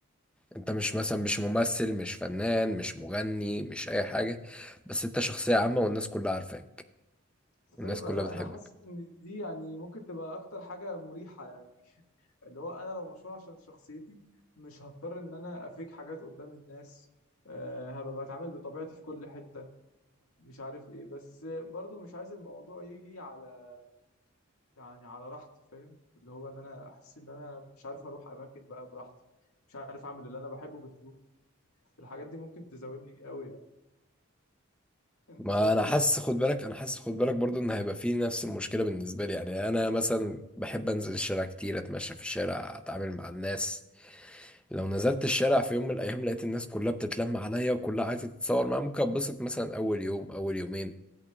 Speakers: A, in the centre; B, on the left (about 85°).
A: انت مش مثلا مش ممثل مش فنان مش مغني مش اي حاجة بس انت شخصية عامة والناس كلها عارفاك
B: سايبه
A: والناس كلها
B: لا
A: بتحبك
B: انا حاسس ان دي يعني ممكن تبقى اكتر حاجه مريحه يعني اللي هو انا لو مشهور عشان شخصيتي مش هضطر ان انا افيك حاجات قدام الناس أه هبقى بتعامل بطبيعتي في كل حته مش عارف ايه بس برضو مش عايز الموضوع يجي على يعني على راحتي فاهم اللي هو ان انا احس ان انا مش عارف اروح اماكن بقى براحتي مش عارف اعمل اللي انا بحبه بهدوء الحاجات دي ممكن تزاولني قوي يعني انت
A: ما
B: شايف
A: انا
B: ايه
A: حاسس خد بالك انا حاسس خد بالك برضو ان هيبقى فيه نفس المشكلة بالنسبة لي يعني انا مثلا بحب انزل الشارع كتير اتمشى في الشارع اتعامل مع الناس لو نزلت الشارع في يوم من الايام لقيت الناس كلها بتتلم عليا وكلها عايزة تتصور معايا ممكن اتبسط مثلا اول يوم اول يومين